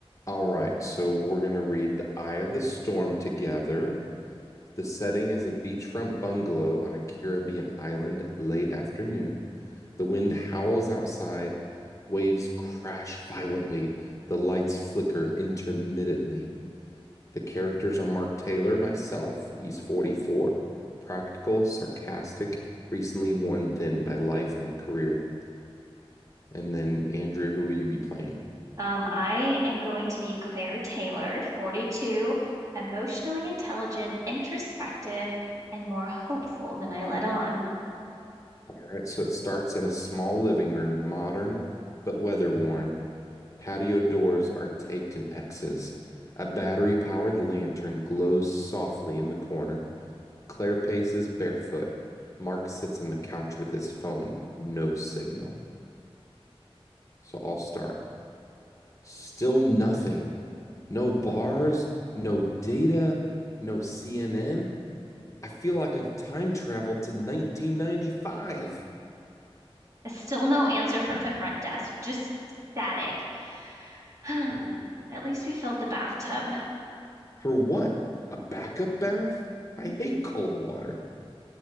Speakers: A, on the left (about 30°); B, on the right (about 35°).
A: All right, so we're going to read The Eye of the Storm together. The setting is a beachfront bungalow on a Caribbean island late afternoon. The wind howls outside, waves crash violently, the lights flicker intermittently. The characters are Mark Taylor, myself, he's 44, practical, sarcastic, recently worn thin by life and career. And then Andrea, who will you be playing?
B: Um, I am going to be Claire Taylor, 42, emotionally intelligent, introspective, and more hopeful than I let on.
A: Right, so it starts in a small living room, modern but weather worn. Patio doors are taped in X's. A battery powered lantern glows softly in the corner. Claire paces barefoot. Mark sits on the couch with his phone. No signal. So I'll start. Still nothing. No bars, no data, no CNN. I feel like I've time traveled to 1995.
B: Still no answer from the front desk, just static. <sighs> At least we filled the bathtub.
A: For what? A backup bath? I hate cold water.